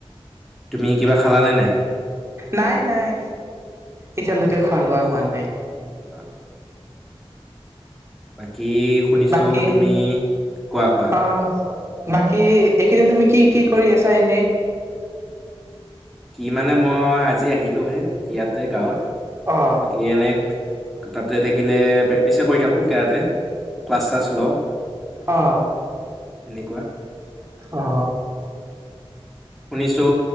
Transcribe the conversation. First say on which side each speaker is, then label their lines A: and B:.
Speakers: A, in the centre; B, on the right.
A: তুমি কিবা খালা নে নাই
B: নাই নাই এতিয়ালৈকে
A: অ'
B: খোৱা লোৱা হোৱা নাই
A: অ কি শুনিছো
B: বাকী
A: তুমি কোৱা কোৱা
B: অ বাকী এইকেইদিন তুমি কি কি কৰি আছা এনে
A: কি মানে মই আজি আহিলো হে ইয়াত তে গাঁৱত
B: অ
A: বাকী এনে তাতে থাকিলে প্ৰেক্টিচ কৰি থাকো কেৰাতে ক্লাছ শ্লাছ লওঁ
B: অ
A: এনেকুৱা।
B: অ অ
A: শুনিছো